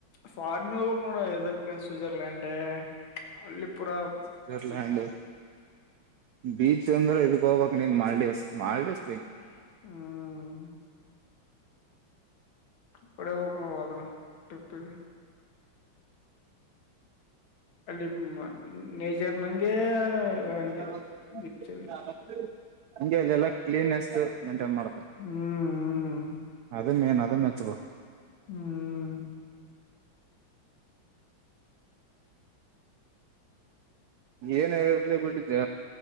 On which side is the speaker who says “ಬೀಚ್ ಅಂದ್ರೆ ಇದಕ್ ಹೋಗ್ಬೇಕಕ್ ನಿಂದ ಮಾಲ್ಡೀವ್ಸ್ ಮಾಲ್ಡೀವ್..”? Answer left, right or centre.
Right